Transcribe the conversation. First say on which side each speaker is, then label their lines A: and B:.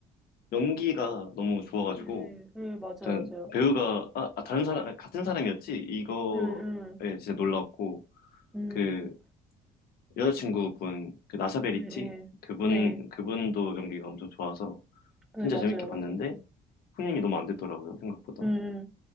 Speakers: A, on the left; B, in the centre.
A: 연기가 너무 좋아가지고,
B: 네, 네, 네, 맞아요,
A: 일단
B: 맞아요.
A: 배우가, 아, 아, 다른 사람, 같은 사람이었지? 이거에
B: 음, 음,
A: 진짜 놀랐고,
B: 음.
A: 그, 여자친구분, 그, 나샤베리티?
B: 네, 네,
A: 그분,
B: 네,
A: 그분도 연기가 엄청 좋아서,
B: 네,
A: 진짜
B: 맞아요,
A: 재밌게 봤는데,
B: 맞아요.
A: 흥행이 너무 안 됐더라고요, 생각보다.
B: 음,